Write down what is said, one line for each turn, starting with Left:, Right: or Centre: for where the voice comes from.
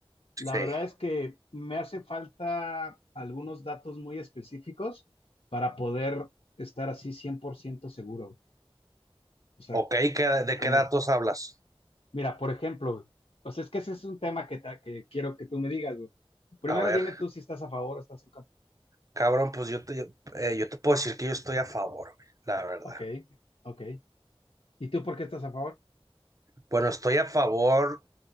Right: Sí.
Left: la verdad es que me hace falta algunos datos muy específicos para poder estar así 100% seguro. O sea,
Right: Ok, ¿qué- ¿de
Left: como
Right: qué datos hablas?
Left: Mira, por ejemplo, güey, o sea, es que ese es un tema que, ta- que quiero que tú me digas, güey. Primero
Right: A ver,
Left: dime tú si estás a favor o estás en contra.
Right: cabrón, pues yo te, yo, eh, yo te puedo decir que yo estoy a favor, güey, la verdad.
Left: Ok, ok. ¿Y tú por qué estás a favor?
Right: Bueno, estoy a favor,